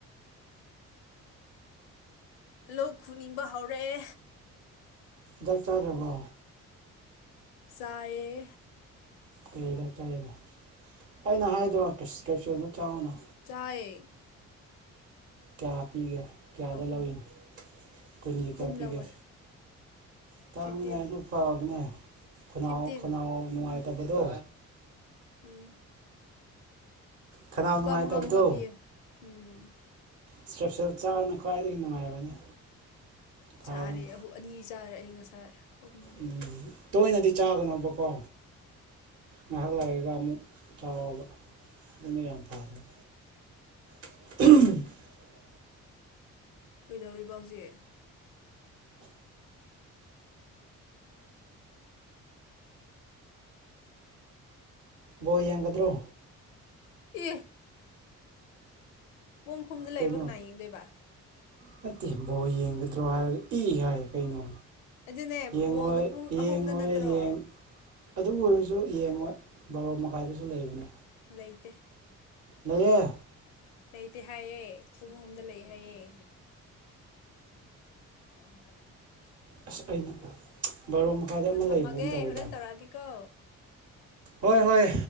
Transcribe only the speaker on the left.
ꯂꯣꯛ ꯈꯨꯅꯤꯡꯕ ꯍꯧꯔꯛꯑꯦ
ꯆꯥꯌꯦ
ꯆꯥꯏꯌꯦ
ꯑꯍꯨꯝ
ꯑꯍꯨꯝ
ꯂꯧꯋꯦ
ꯐꯤꯐꯇꯤꯟ
ꯐꯤꯐꯇꯤꯟ
ꯎꯝ
ꯂꯨꯄꯥ
ꯃꯉꯥ ꯃꯉꯥ ꯄꯤꯌꯦ ꯎꯝ
ꯆꯥꯔꯦ ꯑꯍꯨ ꯑꯅꯤ ꯆꯥꯔꯦ ꯑꯩ ꯉꯁꯥꯏ ꯑꯍꯨꯝ
ꯀꯩꯗꯧꯔꯤꯕ ꯍꯧꯖꯤꯛ
ꯑꯦ ꯄꯨꯡ ꯍꯨꯝꯗ ꯂꯩꯕ
ꯀꯅꯥꯥ ꯌꯦꯡꯗꯣꯏꯕ
ꯑꯗꯨꯅꯦ
ꯕꯣꯜꯗꯨ ꯄꯨꯡ
ꯑꯍꯨꯝꯗ ꯅꯠꯇ꯭ꯔꯣ
ꯂꯩꯇꯦ
ꯂꯩꯇꯦ ꯍꯥꯏꯌꯦ ꯄꯨꯡ ꯍꯨꯝꯗ ꯂꯩ ꯍꯥꯏꯌꯦ <unintelligible>
ꯍꯣ
ꯊꯝꯃꯒꯦ
ꯍꯣꯔꯦꯟ ꯇꯧꯔꯛꯑꯒꯦꯀꯣ